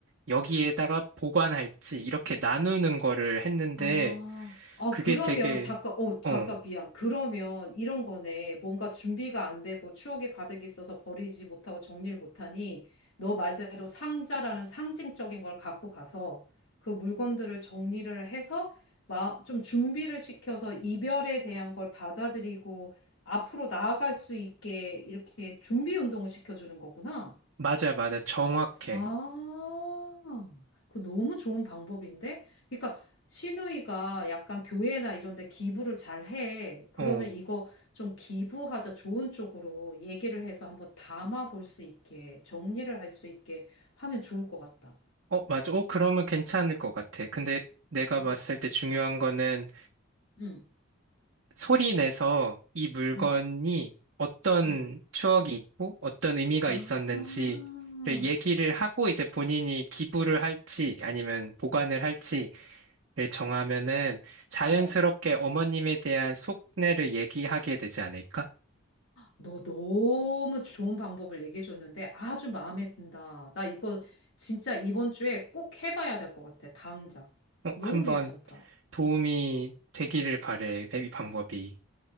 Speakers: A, on the right; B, on the left.
A: 여기에다가 보관할지 이렇게 나누는 거를 했는데
B: 아, 아,
A: 그게
B: 그러면,
A: 되게
B: 잠깐, 어, 잠깐,
A: 어
B: 미안. 그러면 이런 거네. 뭔가 준비가 안 되고 추억이 가득 있어서 버리지 못하고 정리를 못하니, 너 말대로 상자라는 상징적인 걸 갖고 가서 그 물건들을 정리를 해서 마, 좀 준비를 시켜서 이별에 대한 걸 받아들이고 앞으로 나아갈 수 있게 이렇게 준비 운동을 시켜주는 거구나.
A: 맞아 맞아 정확해
B: 아, 그 너무 좋은 방법인데? 그러니까 시누이가 약간 교회나 이런 데 기부를 잘 해. 그러면
A: 어
B: 이거 좀 기부하자 좋은 쪽으로 얘기를 해서 한번 담아 볼 수 있게, 정리를 할 수 있게 하면 좋을 것 같다.
A: 어 맞아 어 그러면 괜찮을 것 같아 근데 내가
B: 어.
A: 봤을 때 중요한 거는
B: 응,
A: 소리 내서 이 물건이
B: 응,
A: 어떤
B: 응.
A: 추억이 있고 어떤 의미가
B: 아,
A: 있었는지를 얘기를 하고 이제 본인이 기부를 할지 아니면 보관을 할지를 정하면은 자연스럽게
B: 어.
A: 어머님에 대한 속내를 얘기하게 되지 않을까?
B: 너 너무 좋은 방법을 얘기해 줬는데 아주 마음에 든다. 나 이거 진짜 이번 주에 꼭 해봐야 될 것 같아. 당장.
A: 어,
B: 너무
A: 한번
B: 괜찮다.
A: 도움이 되기를 바래, 베비 방법이.